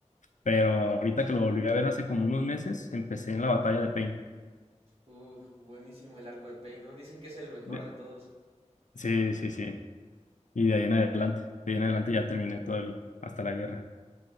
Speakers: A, on the left; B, on the right.
A: Pero ahorita que lo volví a ver hace como unos meses, empecé en la batalla de Pain.
B: Uf, buenísimo el arco de Pain, ¿no? Dicen que es el mejor
A: De-
B: de todos.
A: Sí, sí, sí. Y de ahí en adelante, de ahí en adelante ya terminé todo el, hasta la guerra.